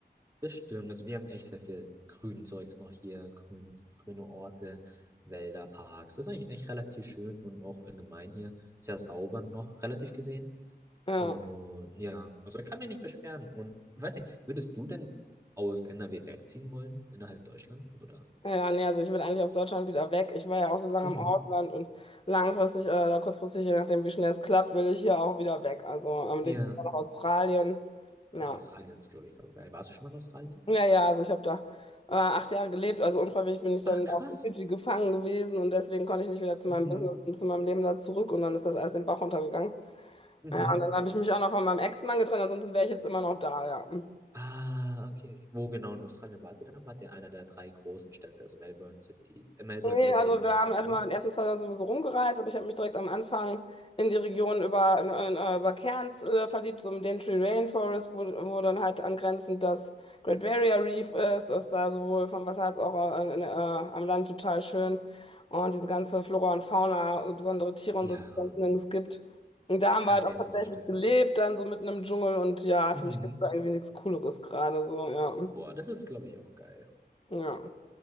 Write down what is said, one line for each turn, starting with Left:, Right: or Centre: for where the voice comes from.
Right: Das stimmt. Also wir haben echt sehr viel grünen Zeugs noch hier, grün, grüne Orte, Wälder, Parks. Das ist eigentlich echt relativ schön und auch allgemein hier sehr sauber noch, relativ gesehen.
Left: Ja.
Right: Und ja, also ich kann mich nicht beschweren. Und weiß nicht, würdest du denn aus NRW wegziehen wollen, innerhalb Deutschland, oder?
Left: Ja, ja, nee, also ich will eigentlich aus Deutschland wieder weg. Ich war ja auch so lange
Right: Mhm.
Left: im Ausland und langfristig äh, oder kurzfristig, je nachdem, wie schnell es klappt, will ich hier auch wieder weg. Also am
Right: Ja.
Left: liebsten nach Australien. Ja,
Right: Oh, Australien ist, glaube ich, so geil. Warst du schon mal in Australien?
Left: ja, ja, also ich habe da äh, acht Jahre gelebt, also unfreiwillig bin ich
Right: Ach,
Left: dann
Right: krass.
Left: auf Fidschi gefangen gewesen und deswegen konnte ich nicht wieder zu
Right: Mhm.
Left: meinem Business und zu meinem Leben da zurück und dann ist das alles den Bach runtergegangen.
Right: Mhm.
Left: Ja, und dann habe ich mich auch noch von meinem Ex-Mann getrennt, ansonsten wäre ich jetzt immer noch da, ja.
Right: Ah, okay, okay. Wo genau in Australien wart ihr dann? Wart ihr in einer der drei großen Städte, also Melbourne City, äh, Melbourne,
Left: Nee,
Right: Sydney
Left: also
Right: und
Left: wir haben
Right: Canberra?
Left: erstmal in den ersten zwei Tagen sowieso rumgereist, aber ich habe mich direkt am Anfang in die Region über, in, in, äh, über Cairns äh, verliebt, so im Daintree Rainforest, wo, wo dann halt angrenzend das Great Barrier Reef ist, ist da sowohl vom Wasser als auch äh, in, äh, am Land total schön. Und diese ganze Flora und Fauna, äh, besondere Tiere
Right: Ja,
Left: und so, die es sonst nirgends gibt. Und da haben
Right: kann
Left: wir halt
Right: ich mir
Left: auch tatsächlich
Right: vorstellen.
Left: gelebt, dann so mitten im Dschungel und ja,
Right: Mhm.
Left: für mich gibt es da irgendwie nichts Cooleres gerade so, ja.
Right: Boah, das ist, glaube ich, auch geil.
Left: Ja.